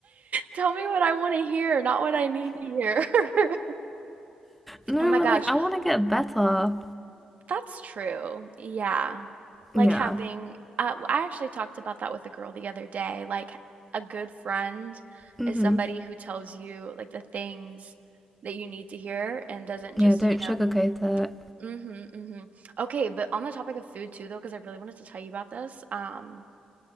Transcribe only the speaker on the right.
tell me what I want to hear, not what I need to hear. <laughs>
Oh my
gosh.
That's true. Yeah. Like
having, uh, I actually talked about that with a girl the other day. Like a good friend
is somebody who tells you like the things that you need to hear and doesn't
just,
you know,
mm-hmm, mm-hmm. Okay, but on the topic of food too, though, because I really wanted to tell you about this. Um,